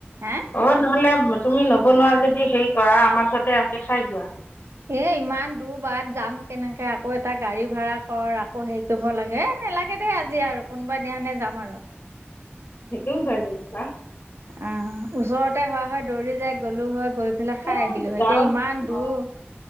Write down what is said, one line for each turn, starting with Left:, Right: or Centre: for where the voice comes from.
Right: হা?
Left: অঁ নহ'লে তুমি নবনোৱা যদি হেৰি কৰা, আমাৰ তাতে আহি খাই যোৱা।
Right: এ ইমান দূৰ বাট যাম কেনেকে আকৌ এটা গাড়ী ভড়া কৰ, আকৌ হেৰি কৰিব লাগে নালাগে দেই আজি আৰু কোনোবা দিয়ানে যাম আৰু
Left: সেইটো হয় যেনিবা
Right: অ ওচৰতে হোৱা হয় দৌৰি যায় গ'লো হয় গৈ পেলাই খাই
Left: এই
Right: আহিলো হৈ,
Left: গাঁৱৰ
Right: এতিয়া ইমান দূৰ
Left: অঁ